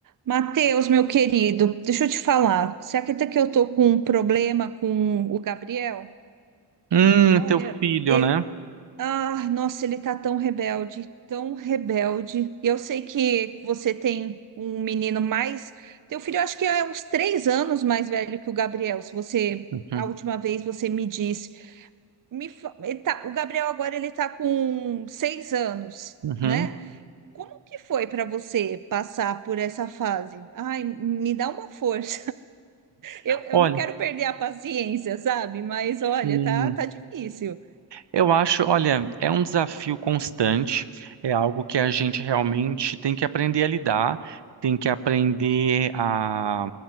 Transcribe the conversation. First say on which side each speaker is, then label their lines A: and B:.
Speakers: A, on the right (about 50°); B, on the right (about 75°).
A: Matheus, meu querido, deixa eu te falar. Você acredita que eu tô com um problema com o Gabriel?
B: Hum,
A: Olha,
B: teu filho,
A: ele,
B: né?
A: ah, nossa, ele tá tão rebelde, tão rebelde. E eu sei que você tem um menino mais. Teu filho, eu acho que é uns três anos mais velho que o Gabriel. Se você,
B: Uhum,
A: a última vez você me disse, me, fa- ele tá, o Gabriel agora ele tá com seis anos,
B: uhum.
A: né? Como que foi para você passar por essa fase? Ai, me dá uma força. Eu,
B: Olha,
A: eu não quero perder a paciência, sabe? Mas olha,
B: sim.
A: tá, tá difícil.
B: Eu acho, olha, é um desafio constante, é algo que a gente realmente tem que aprender a lidar, tem que aprender a,